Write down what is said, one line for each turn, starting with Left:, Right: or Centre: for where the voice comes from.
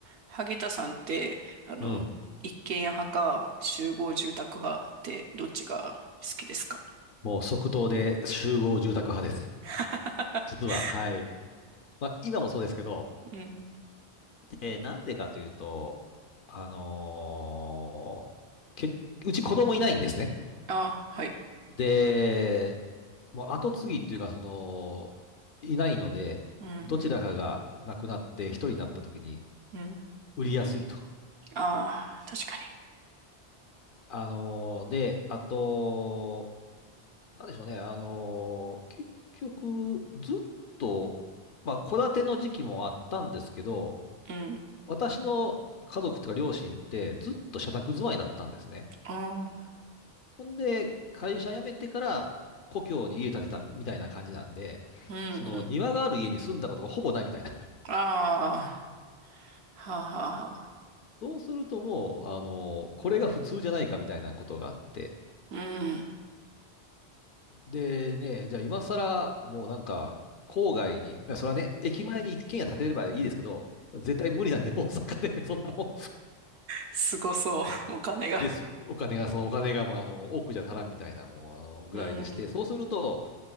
Right: 萩田さんって、あの、
Left: うん。
Right: 一軒家派か集合住宅派ってどっちが好きですか
Left: もう即答で集合住宅派です。
Right: <laughs>
Left: 実は、はい。まあ、今もそうですけど、
Right: うん。
Left: えーなんでかというと、あのーけ、うち子供いないんですね。
Right: あはい。
Left: で、もう後継ぎっていうか、その、いないので、
Right: うん
Left: どちらかが亡くなって一人になった時に
Right: うん。うん。
Left: 売りやすいと。
Right: ああ、確か
Left: あのーで、あと、なんでしょうね。あのー結局、ずっと、まあ、戸建ての時期もあったんですけど、
Right: に。うん。
Left: 私の家族というか両親ってずっと社宅住まいだったんですね。
Right: あ
Left: ほんで、会社辞めてから故郷に家建てたみたいな感じなんで、
Right: あ。うんうん。
Left: その庭がある家に住んだことがほぼないみたいな。
Right: ああ。はあはあはあ。
Left: <laughs> そうするともう、あのーこれが普通じゃないかみたいなことがあって、
Right: うん。
Left: でね、じゃあ今更、もうなんか、郊外に、いや、それはね、駅前に一軒家建てればいいですけど、絶対無理なんで、<laughs> 大阪で、そんなもん、
Right: すごそう。<laughs> お金が。
Left: です、お金が、そのお金が、まあ、あの、多くじゃ足らんみたいな、もう、あの、ぐらいでして、
Right: うん。
Left: そうすると、